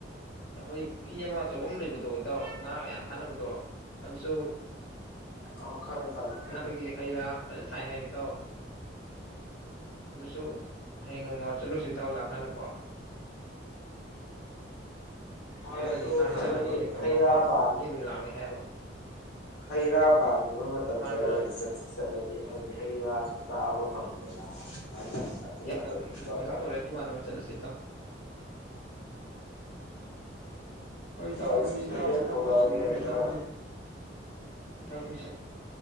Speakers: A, on the left; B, on the left.
A: ꯑꯩꯈꯣꯏꯒꯤ ꯄꯨꯈ꯭ꯔꯤ ꯑꯃ ꯑꯆꯧꯕ ꯑꯃ ꯂꯩꯕꯗꯣ ꯏꯇꯥꯎ ꯉꯥꯒ ꯌꯥꯝ ꯐꯥꯅꯕꯗꯣ ꯑꯗꯨꯁꯨ
B: ꯑꯣ <unintelligible>
A: ꯅꯥꯀꯜꯒꯤ ꯍꯩ ꯔꯥ ꯐꯖꯅ ꯊꯥꯏ ꯍꯥꯏꯕ ꯏꯇꯥꯎ ꯑꯗꯨꯁꯨ ꯍꯌꯦꯡ ꯅꯣꯡꯃ ꯆꯠꯂꯨꯁꯤ ꯏꯇꯥꯎ ꯂꯥꯛꯀꯥꯟꯗꯀꯣ
B: ꯍꯣꯏ
A: ꯑꯩꯈꯣꯏꯒꯤ
B: ꯑꯗꯨ
A: <unintelligible> ꯍꯩ
B: ꯆꯠꯂꯗꯤ
A: ꯆꯥꯅꯕ ꯀꯩꯇꯧꯕ
B: ꯍꯩ
A: ꯀꯣ
B: ꯔꯥ ꯄꯥꯟ
A: ꯃꯤ ꯑꯗꯨꯝ ꯂꯥꯛꯅꯩ ꯍꯥꯏꯌꯦꯕ
B: ꯍꯩ ꯔꯥ ꯄꯥꯟꯕ ꯃꯇꯝꯗ
A: ꯃꯥꯅꯦ
B: ꯑꯣꯏꯅ
A: ꯃꯥꯅꯦ
B: ꯆꯠ ꯁꯤ ꯆꯠꯂꯗꯤ ꯍꯥꯏꯗꯤ ꯍꯩ ꯔꯥꯁꯨ ꯆꯥꯕ ꯐꯪꯉꯤꯗꯅ ꯁꯨꯃꯥꯏꯅ ꯑꯗꯨ
A: <unintelligible>
B: ꯃꯇꯝꯒꯨꯝꯕ
A: ꯇꯝ ꯑꯣꯏꯔꯛ
B: ꯈꯔ
A: ꯇꯧꯔꯦ ꯗꯨꯀꯥꯟꯗ ꯑꯣꯏꯅ ꯆꯠꯂꯁꯤ ꯏꯇꯥꯎ ꯍꯣꯏ ꯏꯇꯥꯎ
B: ꯑꯩꯁꯨ
A: ꯑꯗꯨꯅꯤ
B: ꯁꯣꯏꯗꯅ
A: ꯏꯇꯥꯎꯗꯤ ꯊꯕꯛꯁꯨ
B: ꯊꯣꯛꯂꯛꯑꯒꯦ
A: ꯆꯤꯟꯕꯅꯤꯅ
B: ꯑꯗꯨꯒ
A: ꯏꯇꯥꯎ ꯉꯁꯤ <unintelligible>